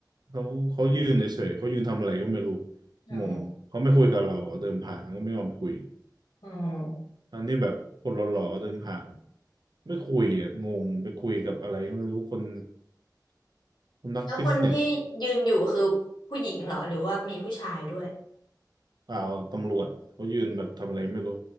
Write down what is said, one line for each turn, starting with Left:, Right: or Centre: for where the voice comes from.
Right: เขาเขายืนเฉยๆเขายืนทำอะไรก็ไม่รู้
Left: อืม
Right: งงเขาไม่คุยกับเราอะเดินผ่านก็ไม่ยอมคุย
Left: อืม
Right: ตอนที่แบบคนหล่อๆเดินผ่านไม่คุยอ่ะงงไปคุยกับอะไรก็ไม่รู้คนคนนักบิสเนส
Left: แล้วคนที่ยืนอยู่คือผู้หญิงเหรอหรือว่ามีผู้ชายด้วย
Right: เปล่าตำรวจเขายืนแบบทำอะไรไม่รู้